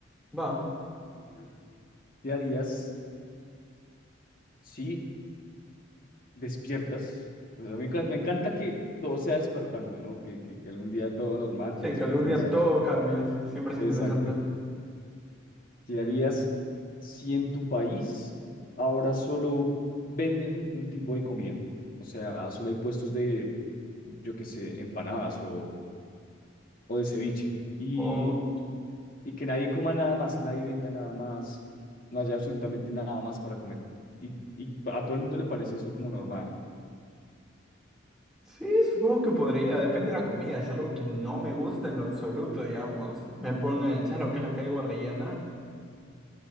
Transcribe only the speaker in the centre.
Va.
Sí,
que algún día
todo cambia, eso siempre es
interesante.
O
sí, supongo que podría, depende de la comida. Si es algo que no me gusta en lo absoluto, digamos, me ponen, ¿sabes lo que es la caigua rellena?